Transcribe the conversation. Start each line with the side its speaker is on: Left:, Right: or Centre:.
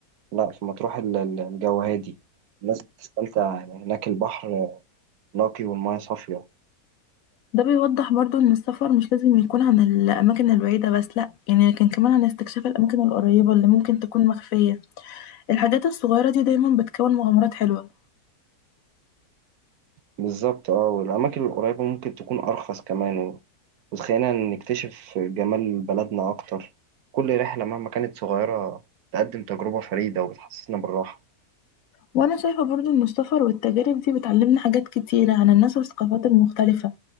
Right: لا في مطروح ال- ال- الجو هادي الناس بتستمتع يعني هناك البحر نقي والمياه صافية
Left: ده بيوضح برضو ان السفر مش لازم يكون عن الاماكن البعيده بس لا يعني لكن كمان عن استكشاف الاماكن القريبه اللي ممكن تكون مخفيه الحاجات الصغيره دي دايما بتكون مغامرات حلوه
Right: بالظبط اه والأماكن القريبة ممكن تكون أرخص كمان و- وتخلينا نكتشف جمال بلدنا أكتر كل رحلة مهما كانت صغيرة تقدم تجربة فريدة وبتحسسنا بالراحة
Left: وانا شايفه برضو ان السفر والتجارب دي بتعلمنا حاجات كتيره عن الناس والثقافات المختلفه